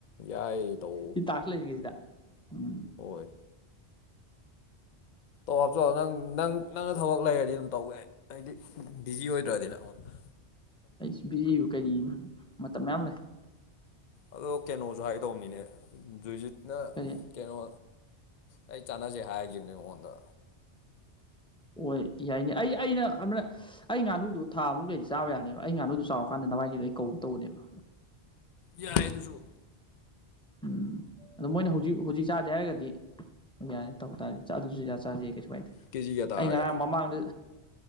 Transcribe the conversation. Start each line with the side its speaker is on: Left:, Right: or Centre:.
Left: ꯌꯥꯏ ꯇꯧ
Centre: ꯁꯤ ꯇꯥꯛꯁꯨ ꯂꯩꯔꯤꯉꯩ ꯁꯤꯗ ꯎꯝ
Left: ꯍꯣꯏ ꯇꯧ ꯍꯥꯞꯆꯧ ꯅꯪ ꯅꯪ ꯅꯪꯅ ꯊꯕꯛ ꯂꯩꯔꯗꯤ ꯑꯗꯨꯝ ꯇꯧꯒꯦꯏ ꯍꯥꯏꯗꯤ ꯕꯤꯖꯤ ꯑꯣꯏꯗ꯭ꯔꯗꯤꯅ ꯑꯩꯉꯣꯟꯗ
Centre: ꯑꯩꯁ ꯕꯤꯖꯤ ꯀꯔꯤ ꯃꯇꯝ ꯃꯌꯥꯝ ꯂꯩ
Left: ꯑꯗꯣ ꯀꯩꯅꯣꯁꯨ ꯍꯥꯏꯗꯧꯕꯅꯤꯅꯦ ꯖꯣꯏꯖꯤꯠꯅ
Centre: ꯀꯔꯤ
Left: ꯀꯩꯅꯣ ꯑꯩ ꯆꯥꯟꯅꯖꯩ ꯍꯥꯏꯈꯤꯕꯅꯤ ꯑꯩꯉꯣꯟꯗ
Centre: ꯑꯣꯏ ꯌꯥꯏꯅꯤ ꯑꯩ ꯑꯩꯅ ꯑꯃꯅ ꯑꯩ ꯉꯥꯅꯨꯗꯣ ꯊꯥꯃꯨꯛ ꯂꯩꯗꯤ ꯆꯥꯕ ꯌꯥꯅꯦꯕ ꯑꯩ ꯉꯥꯅꯨꯗꯨꯣ ꯆꯥꯎꯔꯀꯥꯟꯗ ꯅꯚꯏꯁꯤꯗꯣ ꯑꯩ ꯀꯧꯦ ꯇꯧꯕꯅꯦꯕ
Left: ꯌꯥꯏ ꯑꯗꯨꯁꯨ
Centre: ꯎꯝ ꯑꯗ ꯃꯣꯏꯅ ꯍꯧꯖꯤꯛ ꯍꯧꯖꯤꯛ ꯆꯥꯥꯁꯦ ꯍꯥꯏꯔꯒꯗꯤ ꯌꯥꯔꯦ ꯇꯧ ꯇꯥꯔꯦ ꯑꯗꯨꯁꯨ ꯆꯥꯁꯤꯦ ꯀꯩꯁꯨ ꯀꯥꯏꯗꯦ
Left: ꯀꯦꯖꯤ ꯀꯌꯥ ꯇꯥꯔꯒꯦ
Centre: ꯑꯩ ꯉꯔꯥꯡ ꯃꯃꯥꯡꯗ